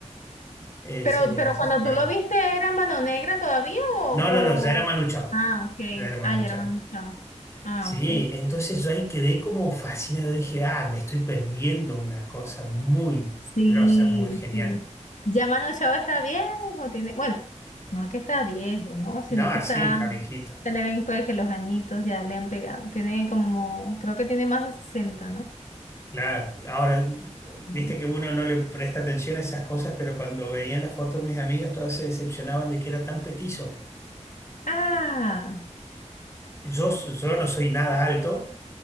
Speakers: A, on the left; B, on the left.
A: eh,
B: Pero,
A: se,
B: pero
A: se
B: cuando
A: separó.
B: tú lo viste, ¿era Mano Negra todavía o,
A: No, no, no, ya era
B: o-
A: Manu Chao.
B: Ah, ok.
A: Ya era Manu
B: Ah, ya
A: Chao.
B: era Mano Chao. Ah,
A: Sí,
B: ok.
A: entonces yo ahí quedé como fascinado. Dije, ah, me estoy perdiendo una cosa muy
B: Sí,
A: grosa, muy genial.
B: sí. Ya Mano Chao está viejo, tiene. Bueno, no que está viejo, ¿no? Sino
A: No,
B: que está.
A: sí, está viejito.
B: Se le ven pues que los añitos ya le han pegado. Tiene como, creo que tiene más de sesenta ¿no?
A: Claro. Ahora,
B: Sí.
A: viste que uno no le presta atención a esas cosas, pero cuando veían las fotos mis amigas, todas se decepcionaban de que era tan petizo.
B: Ah,
A: Yo, yo no soy nada alto,